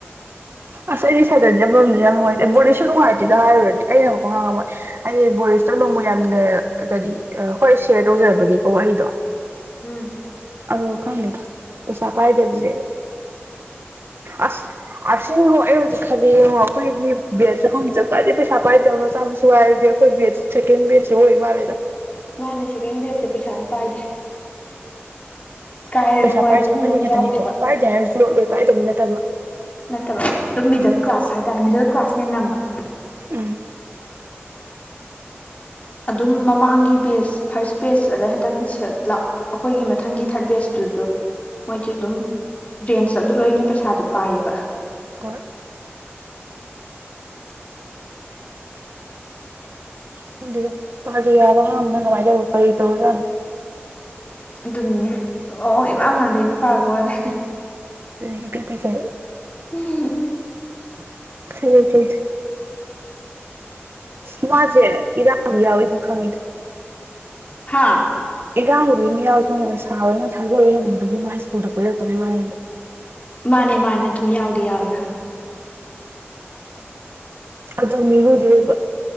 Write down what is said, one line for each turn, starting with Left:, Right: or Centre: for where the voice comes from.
Right: ꯑꯁ ꯑꯩꯗꯤ ꯁꯥꯏꯗꯔꯁꯕꯝꯗꯗꯤꯦ ꯌꯥꯝ ꯅꯨꯡꯉꯥꯏꯇꯦ ꯕꯣꯔꯤꯁꯁꯨ ꯅꯨꯡꯉꯥꯏꯇꯦꯗꯣ ꯍꯥꯏꯔꯨꯔꯗꯤ ꯑꯩꯅꯉꯛꯄ ꯉꯥꯡꯉꯝꯃꯣꯏ ꯑꯩꯗꯤ ꯕꯣꯔꯤꯁꯇ ꯅꯣꯡꯃ ꯌꯥꯝꯅ ꯀꯔꯤ ꯍꯣꯏ ꯁꯦꯌꯔ ꯇꯧꯖꯔꯕꯅꯦꯀꯣ ꯋꯥꯔꯤꯗꯣ
Left: ꯎꯝ
Right: ꯑꯣ ꯈꯕꯛ ꯄꯩꯁꯥ ꯄꯥꯏꯗꯕꯁ ꯑꯁ ꯑꯁꯤꯉꯣ ꯑꯩ ꯍꯧꯖꯤꯛ ꯈꯜꯂꯤ ꯌꯦꯡꯉꯣ ꯑꯩꯈꯣꯏꯗꯤ ꯕꯦꯠꯁꯦꯐꯝꯁꯦ ꯈ꯭ꯋꯥꯏꯗꯒꯤ ꯄꯩꯁꯥ ꯄꯥꯏꯗꯕ ꯃꯆꯥ ꯃꯁꯨ ꯍꯥꯏꯔꯗꯤ ꯑꯩꯈꯣꯏ ꯕꯦꯠ ꯁꯦꯀꯦꯟ ꯕꯦꯠꯁꯦ ꯑꯣꯏ ꯃꯥꯜꯂꯦꯗ
Left: ꯃꯥꯅ ꯁꯦꯀꯦꯟ ꯕꯦꯜꯁꯦ ꯄꯩꯁꯥ ꯄꯥꯏꯗꯦ ꯀꯥ ꯍꯦꯟꯅ
Right: ꯄꯩꯁꯥ
Left: ꯅꯨꯡꯉꯥꯏꯕ
Right: ꯄꯥꯏꯔꯤꯁ
Left: ꯏꯃꯨꯡꯗꯣ
Right: ꯑꯃꯅꯤ
Left: ꯑꯝꯇ
Right: ꯈꯛꯇꯅꯤꯀꯣ
Left: ꯌꯥꯎꯗꯦꯕ
Right: ꯄꯥꯏꯗꯦ ꯍꯥꯏꯔꯁꯨ ꯥꯏꯗꯧꯕ ꯅꯠꯇꯕ
Left: ꯅꯠꯇꯕ ꯑꯗꯨꯝ ꯃꯤꯗꯜ ꯀ꯭ꯂꯥꯁ ꯍꯥꯏꯇꯥꯔꯦ ꯃꯤꯗꯜ ꯀ꯭ꯂꯥꯁꯅꯦ ꯅꯝꯕ
Right: ꯎꯝ
Left: ꯑꯗꯨꯝ ꯃꯃꯥꯡꯒꯤ ꯕꯦꯖ ꯐꯥꯔꯁ ꯕꯦꯖ ꯑꯗꯩ ꯍꯟꯗꯛꯀꯤ ꯑꯩꯈꯣꯏꯒꯤ ꯃꯊꯪꯒꯤ ꯊꯥꯔꯠ ꯕꯦꯖꯇꯨꯁꯨ ꯃꯣꯏꯗꯤ ꯑꯗꯨꯝ ꯔꯦꯟꯁ ꯑꯗ ꯂꯣꯏꯅ ꯄꯩꯁꯥꯗꯣ ꯄꯥꯏꯌꯦꯕ
Right: ꯀꯣꯏ ꯈꯪꯗ ꯐꯗꯤ ꯌꯥꯕ ꯉꯕꯅ ꯀꯃꯥꯏꯅ ꯇꯧ ꯀꯔꯤ ꯇꯧꯔꯖꯥꯠꯅꯣ
Left: ꯑꯗꯨꯅꯤꯅꯦ ꯑꯣ ꯏꯃꯥ ꯃꯥꯟꯗ ꯅꯨꯄꯥꯥꯒꯣꯂꯦ
Right: ꯑꯗꯨ ꯄ ꯄꯈ
Left: ꯎꯝ
Right: <unintelligible> ꯏꯁ ꯃꯥꯁꯦ ꯏꯔꯥꯡ ꯌꯥꯎꯋꯕ ꯈꯪꯉꯤꯗ
Left: ꯍꯥꯥ
Right: ꯏꯔꯥꯡꯕꯨꯗꯤ ꯑꯃꯝ ꯌꯥꯎꯈꯤꯕꯅꯦꯗ ꯁꯥꯔ ꯍꯣꯏ ꯑꯣꯏꯅ ꯊꯥꯖꯕ ꯌꯦꯡꯅꯤꯡꯕꯒꯤ ꯑꯃ ꯍꯥꯏ ꯁ꯭ꯀꯨꯜꯗ ꯀꯣꯏꯔꯛꯇꯕꯩ ꯋꯥꯅꯤꯗ
Left: ꯃꯥꯅꯦ ꯃꯥꯅꯦ ꯑꯗꯨꯝ ꯌꯥꯎꯗꯤ ꯌꯥꯎꯋꯦ ꯈꯪꯉꯦ
Right: ꯑꯣꯗꯨ ꯃꯤꯉꯨꯗꯤ ꯑꯣꯏꯕ